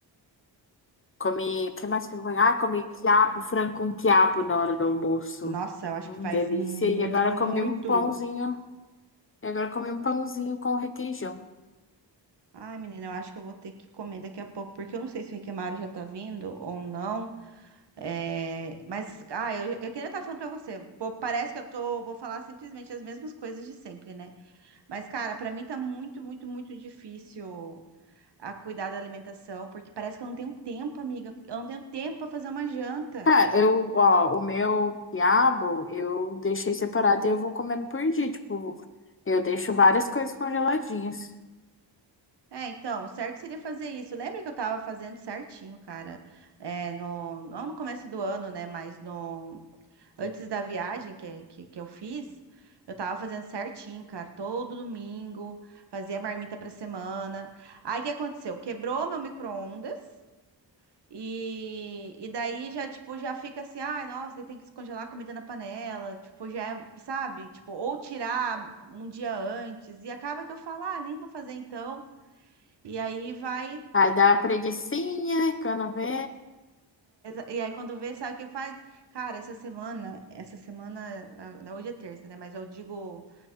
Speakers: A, on the left; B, on the right.
A: Comi. que mais que eu comi? Ah, comi quiabo, frango com quiabo na hora do almoço.
B: Nossa, eu acho
A: Hum,
B: que faz
A: delícia.
B: muito.
A: E agora comi um pãozinho. E agora comi um pãozinho com requeijão.
B: Ai, menina, eu acho que eu vou ter que comer daqui a pouco, porque eu não sei se o Riquemaro já tá vindo ou não. É, mas, ah, eu, eu que nem eu tava falando pra você, pô, parece que eu tô, vou falar simplesmente as mesmas coisas de sempre, né? Mas, cara, pra mim tá muito, muito, muito difícil a cuidar da alimentação, porque parece que eu não tenho tempo, amiga. Eu não tenho tempo pra fazer uma janta.
A: Cara, eu, ó, o meu quiabo eu deixei separado e eu vou comendo por dia. Tipo, eu deixo várias coisas congeladinhas.
B: É, então, o certo seria fazer isso. Lembra que eu tava fazendo certinho, cara? É, no, não no começo do ano, né? Mas no, antes da viagem que, que, que eu fiz, eu tava fazendo certinho, cara. Todo domingo, fazia marmita pra semana. Aí o que aconteceu? Quebrou meu micro-ondas. E, e daí já, tipo, já fica assim, ai, nossa, daí tem que descongelar a comida na panela, tipo, já é, sabe? Tipo, ou tirar um dia antes, e acaba que eu falo, ah, nem vou fazer então. E aí vai,
A: Aí dá uma preguicinha, quando vê.
B: é, e aí quando vê, sabe o que faz? Cara, essa semana, essa semana, ah, hoje é terça, né? Mas eu digo,